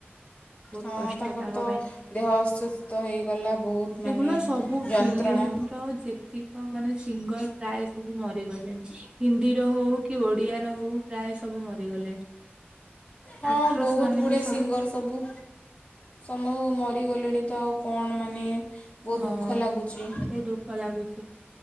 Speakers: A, on the right (about 20°); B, on the left (about 35°).
A: ବହୁତ
B: ହଁ
A: କଷ୍ଟ
B: ତାଙ୍କର
A: ତାଙ୍କ
B: ତ
A: ପାଇଁ
B: ଦେହ ଅସୁସ୍ଥ ହେଇଗଲା ବହୁତ ମାନେ
A: ଅଗୁନା ସବୁ
B: ଯନ୍ତ୍ରଣା
A: ଫିଲ୍ମ ର ଯେତିକ ମାନେ ସିଙ୍ଗର ପ୍ରାୟ ସବୁ ମରିଗଲେଣିି। ହିନ୍ଦୀର ହଉ କି ଓଡିଆର ହଉ ପ୍ରାୟ ସବୁ ମରିଗଲେଣି।
B: ହଁ
A: ଆକ୍ଟ୍ରସ
B: ବହୁତ
A: ମାନେ
B: ଗୁଡ଼ିଏ
A: ବି
B: ସିଙ୍ଗର ସବୁ ସମୁ ମ ରି ଗଲେଣି ତ ଆଉ କଣ ମାନେ ବହୁତ
A: ହଁ
B: ଦୁଃଖ
A: ବହୁତ
B: ଲାଗୁଛି
A: ଦୁଃଖ ଲାଗୁଛି